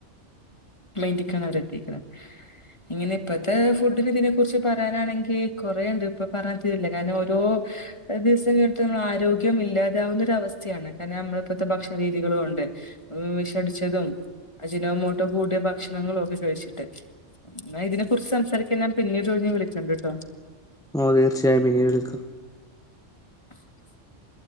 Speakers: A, on the left (about 25°); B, in the centre.
A: മൈന്റ്ക്കാണവരെത്തീക്കണ് ഇങ്ങനെ ഇപ്പത്തെ ഫുഡിനെ ഇതിനെ കുറിച്ച് പറയാനാണെങ്കി കൊറെഇണ്ട് ഇപ്പപറഞ്ഞാൽ തീരില്ല കാരണം ഓരോ ദിവസം കിട്ടുന്ന ആരോഗ്യം ഇല്ലാതാവുന്ന ഒരു അവസ്ഥ യാണ് കാരണം നമ്മളിപ്പത്ത ഭക്ഷണ രീതികള് കൊണ്ട് വിഷടിച്ചതും അജിനോമോട്ടോ കൂടിയ ഭക്ഷണങ്ങളൊക്കെ ചോയ്ച്ച്ട്ട് എന്നാ ഇതിനെ കുറിച്ച് സംസാരിക്കാൻ ഞാൻ പിന്നീട് ഒഴിഞ്ഞ് വിളികണ്ട് ട്ടോ
B: ഓഹ് തീർച്ചയായും ഇനിയും എടുക്കാം
A: <inaudible>